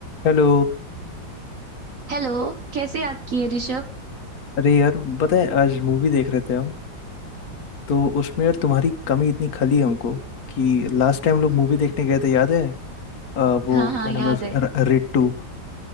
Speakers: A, on the left; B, on the right.
A: Hello
B: Hello कैसे याद किए ऋषभ
A: अरे यार पता है आज मूवी देख रहे थे हम तो उसमें यार तुम्हारी कमी इतनी खली हमको कि लास्ट टाइम लोग मूवी देखने गए थे याद है आ, वो
B: हाँ हाँ
A: क्या नाम
B: याद
A: है उसका
B: है
A: र- रेड टू